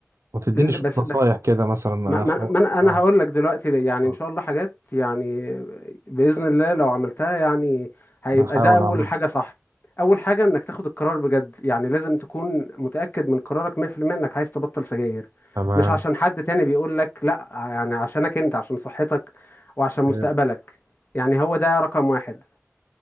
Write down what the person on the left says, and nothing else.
ال-
بس
بس
ما ما
ما انا أنا
هقول لك دلوقتي ليه. يعني
ان شاء الله حاجات يعني بإذن الله لو عملتها يعني هيبقى
ده اول
حاجة صح اول حاجة انك تاخد القرار بجد يعني لازم تكون متأكد من قرارك 100% انك عايز تبطل سجاير
مش عشان حد تاني بيقول لك لا يعني عشانك انت عشان صحتك وعشان مستقبلك
يعني هو ده رقم واحد